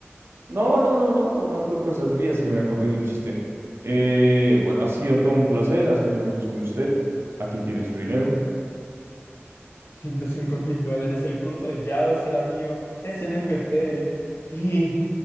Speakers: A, on the right (about 60°); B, on the left (about 60°).
A: No, no, no, no, no creo cosas mías que me acordé de un chiste. Eh, bueno, ha sido todo un placer hacer negocios con usted. Aquí tiene su dinero.
B: ciento cinco mil dólares, el curso de Yado será mío, es NFT. Y